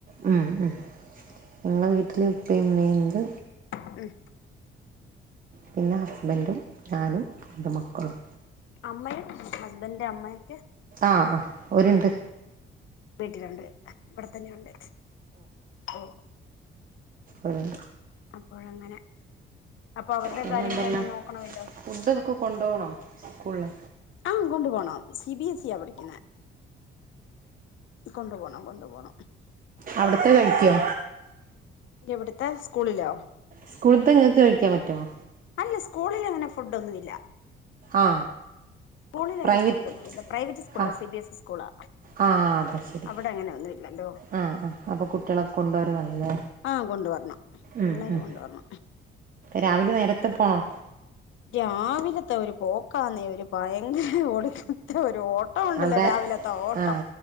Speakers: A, on the right; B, on the left.
A: ഉം ഉം നിങ്ങളെ
B: ഉം
A: വീട്ട വീട്ടിൽ ഉപ്പയും ഉമ്മയും ഉണ്ട്
B: ഉം
A: പിന്നെ ഹസ്ബൻറും ഞാനും രണ്ട് മക്കളും
B: അമ്മയും ഹസ്ബന്റ ഇൻറെ അമ്മയൊക്കെ
A: ആ ആ അവരുണ്ട്
B: വീട്ടിലുണ്ട് ഇവിടെ തന്നെയ ഉണ്ട് ഓ
A: ഉം
B: അപ്പോഴ അങ്ങനെ അപ്പൊ അവരുടെ
A: പിന്നെ
B: കാര്യങ്ങളെല്ലാം
A: എന്തെല്ലാം
B: നോക്കണമല്ലോ
A: ഫുഡ് ഒക്കെ കൊണ്ടു പോണോ സ്കൂളില്
B: ആ കൊണ്ടു പോണം സി ബി എസ്ഇ പഠിക്കുന്ന കൊണ്ടു പോണം കൊണ്ടു പോണം
A: അവിടുത്തെ കഴിക്കോ
B: ഇവിടുത്തെ സ്കൂളിലോ
A: സ്കൂളത്തെ നിങ്ങൾക്ക് കഴിക്കാൻ പറ്റുമോ
B: അല്ല സ്കൂളിൽ അങ്ങനെ ഫുഡ് ഒന്നുമില്ല
A: ആ
B: സ്കൂളിൽങ്ങനെ
A: പ്രൈവറ്റ്
B: ഫുഡ ഒന്നുംല്ല പ്രൈവറ്റ് school
A: ആ
B: C B S E സ്കൂളാ
A: ആ അതെ ശരി
B: അവിടെ അങ്ങനെ ഒന്നുംല്ലല്ലോ
A: ആ ആ അപ്പോൾ കുട്ടികളൊക്കെ കൊണ്ടുവരുന്നല്ലേ
B: ആ കൊണ്ട് വരണം
A: ഉം,
B: പിള്ളാര്
A: ഉം.
B: കൊണ്ടുവരണം
A: രാവിലെ നേരത്തെ പോണോ
B: രാവിലത്തെ ഒരു പോക്ക് ആണേ ഒരു പയങ്ക ഓടത്തെ ഒരു ഓട്ടം ഉണ്ടല്ലോ
A: അതെ
B: രാവിലത്ത ഓട്ടം
A: ആ